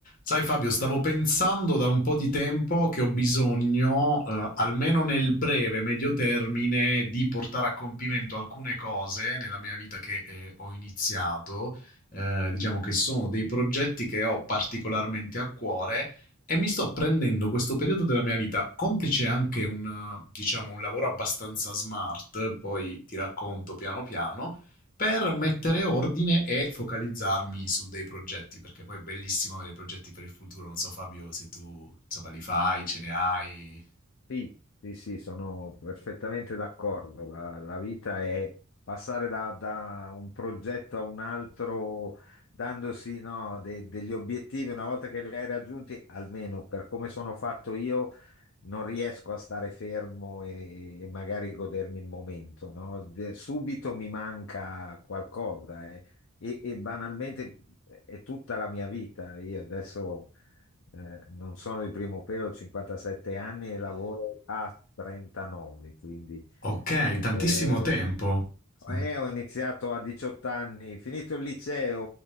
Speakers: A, on the left (about 40°); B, on the left (about 55°).
A: Sai Fabio, stavo pensando da un po' di tempo che ho bisogno, eh, almeno nel breve, medio termine, di portare a compimento alcune cose nella mia vita che eh, ho iniziato. Eh, diciamo che sono dei progetti che ho particolarmente a cuore e mi sto prendendo questo periodo della mia vita, complice anche un, diciamo, un lavoro abbastanza smart, poi ti racconto piano piano, per mettere ordine e focalizzarmi su dei progetti, perché poi è bellissimo avere progetti per il futuro. Non so, Fabio, se tu insomma, li fai, ce ne hai.
B: Sì, sì, sì, sono perfettamente d'accordo. La, la vita è passare da, da un progetto a un altro, dandosi, no, de- degli obiettivi. Una volta che li hai raggiunti, almeno per come sono fatto io, non riesco a stare fermo e, e magari godermi il momento, no? De- subito mi manca qualcosa eh. E, e banalmente è tutta la mia vita. Io adesso eh, non sono di primo pelo, ho 57 anni e lavoro a 39, quindi...
A: Ok, tantissimo
B: eh,
A: tempo. Sì.
B: eh, ho iniziato a 18 anni, finito il liceo,